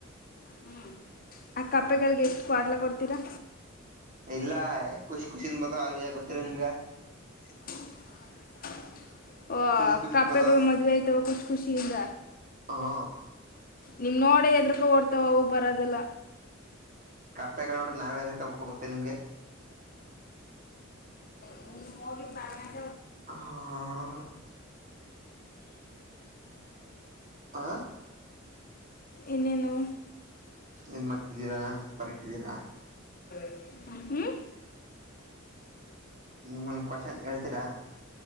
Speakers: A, on the left (about 45°); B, on the right (about 40°).
A: ಹ್ಞ ಆ ಕಪ್ಪೆಗಳಿಗೆ ಎಷ್ಟ ಕ್ವಾಟ್ಲೆ ಕೊಡ್ತೀರಾ.
B: ಇಲ್ಲ ಖುಷಿ ಖುಷನ್ ಬತವ ಅವ ಗೊತ್ತರ ನಿಮ್ಗ.
A: <inaudible> ಓ
B: ಖುಷ್ ಖುಷಿನ್
A: ಕಪೆಗಳು
B: ಬತಾವ
A: ಮದ್ವೆ ಆಯ್ತವ ಖುಷ ಖುಷಿಯಿಂದ.
B: ಹ
A: ನಿಮ್ ನೋಡ ಎದ್ರಕ ಓಡ್ತಾವವು ಬರದೆಲ್ಲ.
B: ಕಪ್ಪೆಗಳು ನೋಡಿದ್ರೆ ನಾವೇ ಹೆದ್ರಕೋಬೇಕು ಗೊತ್ತೇ ನಿಮಗೆ.
A: <inaudible>
B: ಹಾಹಾ. ಆ.
A: ಇನ್ನೇನು.
B: ಏನ್ ಮಾಡ್ತಿದ್ದೀರಾ ಬರಿತಿದ್ದೀರಾ.
A: ಹ್ಮ.
B: ನಿಮಗೊಂದು ಕೊಷ್ಯನ್ನ್ ಹೇಳ್ತೀರಾ.